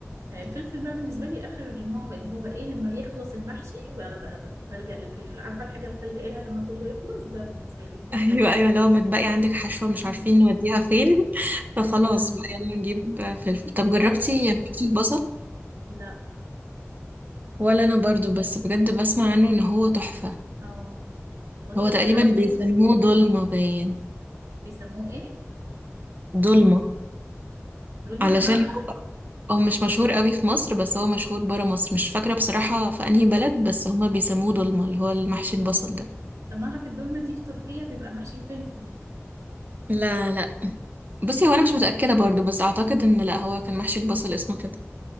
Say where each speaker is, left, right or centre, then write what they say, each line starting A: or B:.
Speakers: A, on the right; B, on the right.
A: الفلفل بقى بالنسبة لي آخر نوع بقى اللي هو إيه لما بيخلص المحشي ب- ب- ب- بلجأ للفلفل عارفة الحاجة اللي بتلجأ لها لما كله يخلص ده بالنسبة لي الفلفل
B: ايوه ايوه لو متبقي عندك حشوة
A: <laughs>
B: مش عارفين نوديها فين <laughs> فخلاص
A: أيوه
B: بقى يلا نجيب فلفل طب جربتي
A: أيوه
B: محشي البصل
A: لا
B: ولا انا برضو بس بجد بسمع عنه ان هو تحفة
A: أو والله
B: هو
A: ده
B: تقريبا
A: حاجة لطيفة
B: بيسموه ضلمة باين
A: بيسموه إيه
B: ضلمة
A: دولمة
B: علشان
A: أنا
B: هو هو مش مشهور قوي في مصر بس هو مشهور برا مصر مش فاكرة بصراحة في انهي بلد بس هما بيسموه dolma اللي هو المحشي البصل ده
A: أنا أعرف الدولمة دي في تركيا بيبقى المحشي الفلفل
B: لا لا بصي هو انا مش متأكدة برضو بس اعتقد ان لا هو كان محشي البصل اسمه كده